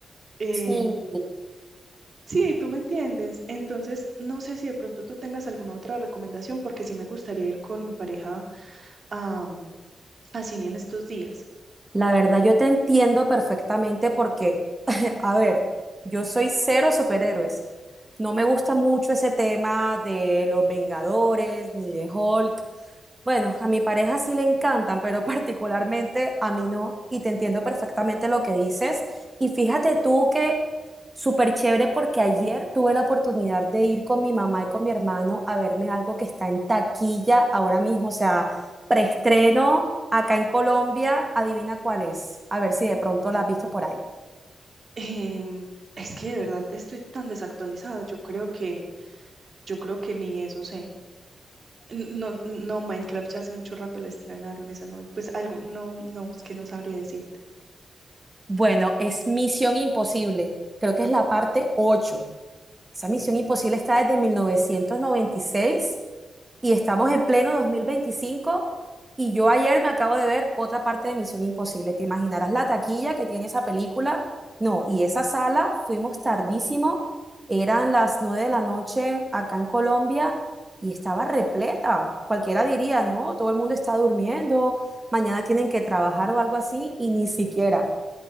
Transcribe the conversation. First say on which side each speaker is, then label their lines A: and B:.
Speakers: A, on the right; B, on the right.
A: em,
B: Sí,
A: Sí, tú me entiendes. Entonces, no sé si de pronto tú tengas alguna otra recomendación, porque sí me gustaría ir con mi pareja a, a cine en estos días.
B: la verdad yo te entiendo perfectamente porque, <laughs> a ver, yo soy cero superhéroes. No me gusta mucho ese tema de los Vengadores ni de Hulk. Bueno, a mi pareja sí le encantan, pero <laughs> particularmente a mí no, y te entiendo perfectamente lo que dices. Y fíjate tú que súper chévere porque ayer tuve la oportunidad de ir con mi mamá y con mi hermano a verme algo que está en taquilla ahora mismo, o sea, preestreno acá en Colombia, adivina cuál es, a ver si de pronto la has visto por ahí.
A: Em, es que de verdad estoy tan desactualizada. Yo creo que, yo creo que ni eso sé. N- No, no, Minecraft ya hace mucho rato le estrenaron esa no, pues algo, no, no, es que no sabría decirte.
B: Bueno, es Misión Imposible. Creo que es la parte 8. Esa Misión Imposible está desde 1996 y seis y estamos en pleno 2025 y yo ayer me acabo de ver otra parte de Misión Imposible. ¿Te imaginarás la taquilla que tiene esa película? No, y esa sala fuimos tardísimo. Eran las 9 de la noche acá en Colombia y estaba repleta. Cualquiera diría, no, todo el mundo está durmiendo, mañana tienen que trabajar o algo así y ni siquiera.